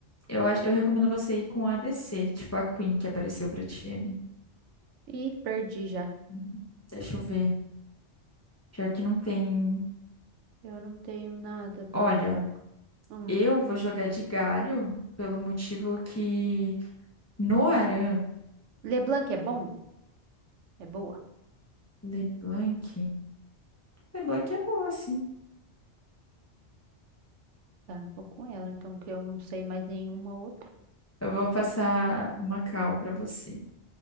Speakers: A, on the left; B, on the right.
A: Eu acho, eu recomendo você ir com a DC, tipo a Queen que apareceu pra ti ali.
B: Ih, perdi já.
A: Hum. Deixa eu ver. Pior que não tem.
B: Eu não tenho nada pra
A: Olha,
B: usar. Hum.
A: eu vou jogar de galho pelo motivo que Noaran,
B: Leblanc é bom? É boa.
A: LeBlanc. LeBlanc é boa, sim.
B: Tá, vou com ela, então, que eu não sei mais nenhuma outra.
A: Eu vou passar uma cal pra você.